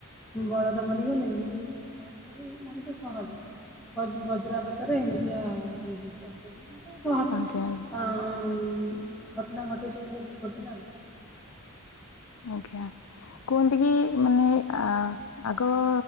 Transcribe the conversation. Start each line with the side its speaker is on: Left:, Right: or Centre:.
Centre: ବଳଦ ମରିଗଲେ ଏମିତି ମଣିଷ ବି ମଣିଷ ସହ ବି ବଜ୍ ବଜ୍ରପାତରେ ଏମିତିଆ ଏହି ଚାଷ <unintelligible> ଆଁ-ଆ
Left: ଆଜ୍ଞା ଆଜ୍ଞା
Centre: ଉଁ ଘଟଣା ଘଟିଛି ଏମିତି ଦୁର୍ଘଟନା-ଆ
Left: ଆଜ୍ଞା କୁହନ୍ତି କି ମାନେ ଆ-ଆଗ-ଅ